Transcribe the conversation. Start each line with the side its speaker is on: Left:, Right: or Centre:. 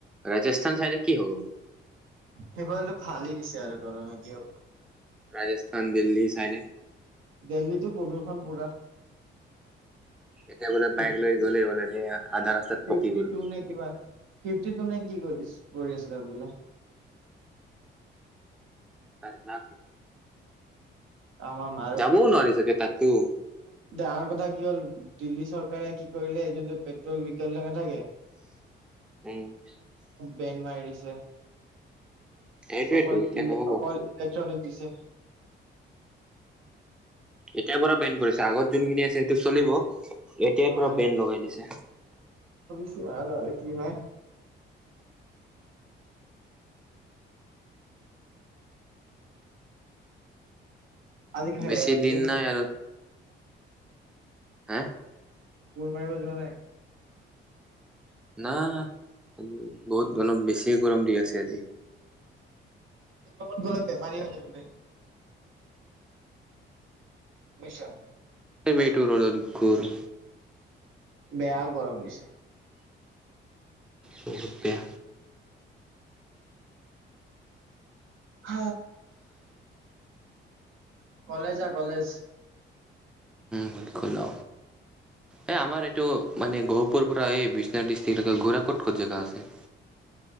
Centre: ৰাজস্থান চাইডে কি হব
Right: ফেব্ৰুৱাৰটো ভালেই দিছে আৰু গৰমে কিয়
Centre: ৰাজস্থান দিল্লী চাইডে
Right: দিল্লীটোো প্ৰদূষন পুৰা
Centre: এতিয়া বোলে
Right: ফিফটি
Centre: বাইক লৈ গ'লেই হ'ল এয়া আধা ৰাস্তাত পকি
Right: ফিফটি
Centre: গ'লো
Right: টু নে কিমান ফিফটি ত নাই কি কৰি কৰি আছে ত বোলে
Centre: ত না
Right: আমাৰ
Centre: যাবও নোৱাৰি চাগে তাতো
Right: াঙৰ কথা কি হ'ল দিল্লী চৰকাৰে কি কৰিলে যোনটো পেট্ৰল বি চে থাকে
Centre: স
Right: বেন মাৰ এৰিছে
Centre: সেইটোৱেতো
Right: অকল
Centre: এতিয়া
Right: ইলে
Centre: নহ'ব।
Right: অকল ইলেক্ট্ৰনিক দিছে
Centre: এতিয়াৰ পৰা বেণ্ড কৰিছে আগত যোনখিনি আছে সেইটো চলিব এতিয়াৰ পৰা
Right: অ
Centre: বেন লগাই দিছে
Right: স কি হয় আজি খাই
Centre: বেছি দিন
Right: ক
Centre: নাই আৰু হা
Right: পল ম এিব যোৱা নাই
Centre: না আি বহুত অলপ বেছিয় গৰম দি আছে আজি
Right: কত গলে বেমাৰী ল নিছা
Centre: বেইটৰ ল দু কৰ
Right: বেয়া গৰম দিছে
Centre: বহুত বেয়া
Right: হ কলেজা কলেজ
Centre: বালকুল অ এই আমাৰ এইটো মানে গহপুৰৰ পৰা এই বিশ্বনাথ ডিষ্ট্ৰিক্টলৈকে ঘোঁৰা ক'ত ক'ত জেগা আছে <inaudible>